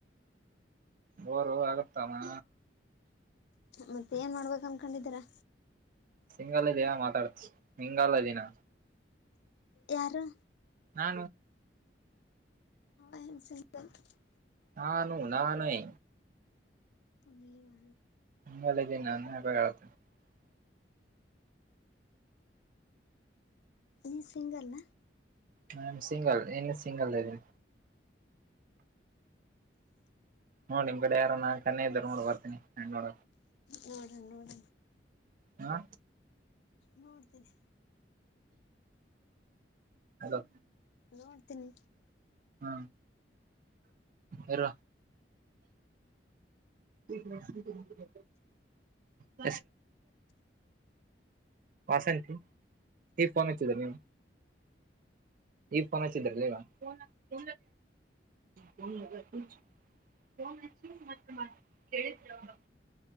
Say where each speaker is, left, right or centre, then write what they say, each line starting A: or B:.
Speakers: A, on the right; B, on the left.
A: ಬೋರು ಆಗುತಮ್ಮ
B: ಮತ್ತೆ ಏನ್ ಮಾಡ್ಬೇಕ ಅನ್ಕೊಂಡಿದ್ದೀರಾ
A: ಸಿಂಗಲ್ ಇದಿಯ ಮಾತಾಡ್ತ ಸಿಂಗಾಲ ದೀಿನ
B: ಯಾರು
A: ಹ
B: ಐಯಾಮ್ ಸಿಂಗ <unintelligible>
A: ನಾನು ನಾಹೈ
B: ನೀವಾ
A: ಲೆಗನ್ನಳ <unintelligible>
B: ನೀ ಸಿಂಗಲ
A: ಹ್ಮ್ ಸಿಂಗಲ್ ಇನ್ನು ಸಿಂಗಲ್ ಅ ನೋಡಿ ನಿಮ್ ಕಡೆ ಯಾರೋ ನಾನ್ ಕನ್ನ ಇದ್ದರು ನೋಡ್ ಬರ್ತೀನಿ ನ ನೋಡ
B: ನೋಡ
A: ಹಾ
B: ನೋಡ್ತೀನಿ
A: ಹಲೋ
B: ನೋಡ್ತೀನಿ
A: ಹ್ಮ ಯರ ಬ <unintelligible> ವಸಂಂತ ಹಫೋನ್ ಹೆಚ್ಚದ ನೀ ಈ ಫೋನ್ ಹಚ್ಚಿದ್ರಲ್ಲ ಈಗ ಹ ಹ ಹು <unintelligible> ಫೋನ್ ಹಚ್ಚಿ ಮಾತ್ರ ಕೇಳಿದ್ರ ಅವ